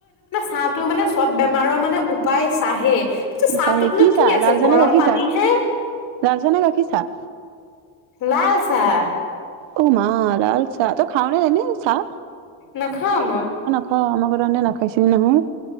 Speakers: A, on the left; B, on the right.
A: হাঁহটো মানে সব বেমাৰৰ মানে উপায় চাহে। চাহটোতনো
B: চাহে, কি চাহ?
A: আছে
B: লাল চাহ
A: গৰম
B: নে গাখীৰ
A: পানী
B: চাহ?
A: হে
B: লাল চাহ নে গাখীৰ চাহ?
A: লাল চাহ।
B: অহ মা! লাল চাহ? তই খাৱনে এনে চাহ?
A: নাখাওঁ মই।
B: অহ, আমাৰ ঘৰত আহোঁতে নাখাইছিলি নহয়।